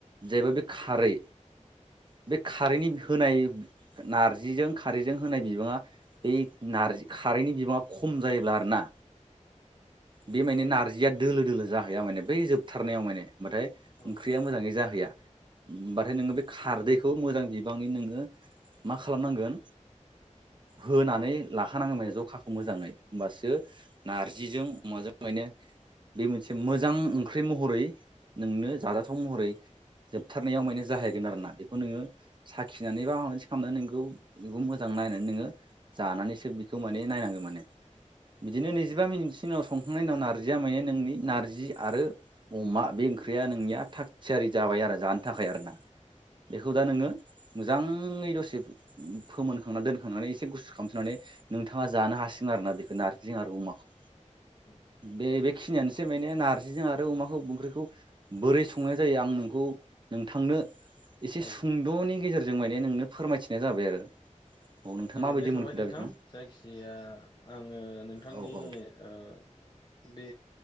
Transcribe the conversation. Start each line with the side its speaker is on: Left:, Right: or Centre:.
Right: जायबा बे खारै बे खारैनि होनाय नारजिजों खारैजों होनाय बिबाङा बै नारजि खारैनि बिबाङा खम जायोब्ला आरोना बे माने नार जिया दोलो दोलो जाहैया माने बै जोबथारनायाव माने माथाय
Left: औ
Right: ओंख्रिया मोजाङै जाहैया। बाथाय नोङो बे खारदै खौ मोजां बिबांनि नोङो मा खालामनांगोन होनानै लाखानांगोन माने जखाखौ मोजाङै होमबासो नारजिजों अमाजों माने बे मोनसे मोजां ओंख्रि महरै नोंनो जाजाथाव महरै जोबथारनायाव माने जाहैगोन आरो ना बेखौ नोङो साखिनानै बा माबा मोनसे खामनानै नोंगौ <unintelligible> बेखौ मोजां मा होनो नोङो जानानैसो बिखौ माने नायनांगोन माने बिदिनो नैजिबा मिनिटसोनि उनाव सं खांनायनि उनाव नारजिया माने नोंनि नारजि आरो अमा बे ओंख्रिया नोंनिया थाग थियारि जाबाय आरो जानो थाखाय आरोना। बेखौ दा नोङो मोजाङै दसे फोमोनखांना दोनखांनानै एसे गुसु खामसोनानै नोंथाङा जानो हासिगोन आरोना बेखौ नार्जिं आरो अमाखौ
Left: औ
Right: बे बेखिनियानोसै। एसे माने नारजिजों आरो अमाखौ ओंख्रिखौ बोरै संनाय जायो आं नोंखौ नोंथांनो
Left: औ
Right: एसे सुंद'नि
Left: औ
Right: गेजेरजों माने नोंनो फोरमायथिनाय जाबाय आरो औ नोंथाङा
Left: गोजोननाय
Right: माबायदि
Left: थाबाय
Right: मोनखो
Left: नोंथां
Right: दा बेखौ
Left: जायखिजाया आङो नोंथांनि
Right: औ औ
Left: ओ बे